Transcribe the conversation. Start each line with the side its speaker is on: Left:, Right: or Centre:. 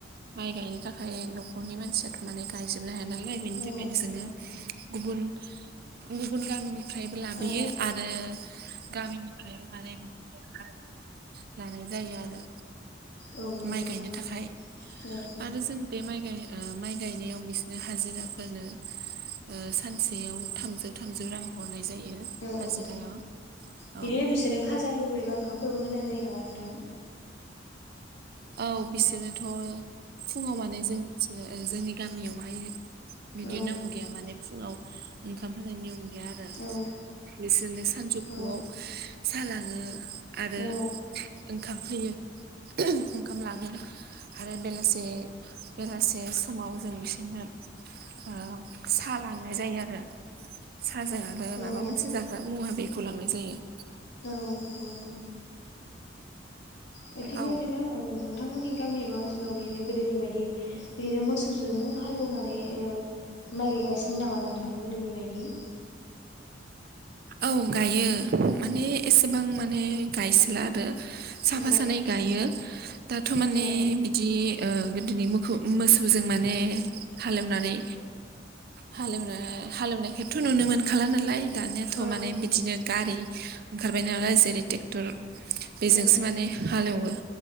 Right: माइ गायनो थाखाय न'खरनि मानसियाथ' माने गायजोबनो हाया। नालाय बेनि
Left: औ
Right: थाखायनो
Left: नंगौ
Right: जोङो गुबुन गुबुन गामनि फ्रायबो लाबोयो
Left: औ
Right: आरो गामिनिफ्रायबो माने <inaudible> हाजिरा लानाय जायो आरो।
Left: औ नंगौ
Right: माइ
Left: नोंथां
Right: गायनो थाखाय
Left: औ
Right: आरो जों बे माइ गाय ओ माइ गायनायाव बिसोरनो हाजिराफोरनो ओ सानसेयाव थामजौ थामजौ रां हरनाय जायो।
Left: औ
Right: हाजिरायाव
Left: औ बिदिनो
Right: औ
Left: बिसोरनो खाजाफोरबो एबा ओंखामफोरबो होनाय जायो नामा नोंथां?
Right: औ बिसोरोथ' फुङाव माने जों ओ जोंनि गामियावहाय बिदि
Left: औ
Right: नेम गैया माने फुङाव ओंखाम होनाय नियम गैया आरो
Left: औ
Right: बिसोरनो सानजौफुआव
Left: औ
Right: सा लाङो आरो
Left: औ
Right: ओंखाम होयो <unintelligible> ओंखाम लाङो । आरो बेलासे बेलासे समाव जों बिसोरनो ओ सा लांनाय जायो आरो साजों आरो माबा
Left: औ
Right: मोनसे जाग्रा मुवा बे खौ लांनाय जायो ।
Left: औ नंगौ नोंथां । ओ थिग
Right: औ
Left: बे बायदिनो <unintelligible> नोंथांमोननि गामि एबा ओनसोलाव बिदिनो गोदोनि बायदि बिदिनो मोसौजोंनो हालेवनानै ओ माइ गायगासिनो नामा नोंथां गोदोनि बायदि?
Right: औ गायो माने एसेबां माने गायसोला आरो । साफा
Left: औ
Right: सानै गायो । दाथ' माने
Left: औ
Right: बिदि ओ गोदोनि मोखौ मोसौजों माने हालेवनानै हालेवना हालेवनायखौथ' नुनो मोनखाला नालाय दानिया थ'
Left: औ
Right: माने बिदिनो गारि ओंखारबाय नालाय जेरै ट्रेक्टर बेजोंसो
Left: औ
Right: माने हा लेवो ‌